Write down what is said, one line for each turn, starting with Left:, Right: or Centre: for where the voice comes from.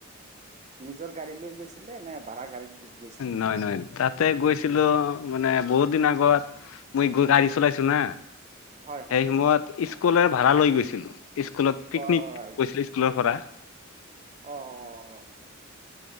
Right: নিজৰ গাড়ী লৈ গৈছিলে নে ভাড়া গাড়ীত গৈছিলে
Left: নহয়, নহয় তাতে গৈছিলোঁ মানে বহুত দিন আগত মই গৈ গাড়ী চলাইছোঁ না।
Right: হয়
Left: সেই
Right: হয়
Left: সময়ত
Right: অ
Left: স্কুলৰে ভাড়া লৈ গৈছিলোঁ। স্কুলত পিকনিক
Right: অ
Left: গৈছিলে স্কুলৰ পৰা
Right: অ অ অ